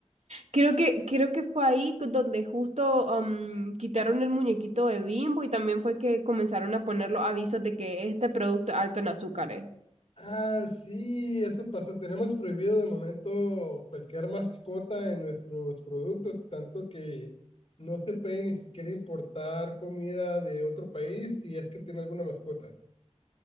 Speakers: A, on the right; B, on the left.
A: Creo que, creo que fue ahí cu- donde justo am, quitaron el muñequito de Bimbo y también fue que comenzaron a poner los avisos de que este producto es alto en azúcares.
B: Ah, sí, eso pasó. Tenemos prohibido de momento cualquier mascota en nuestros productos, tanto que no se puede ni siquiera importar comida de otro país si es que tiene alguna mascota.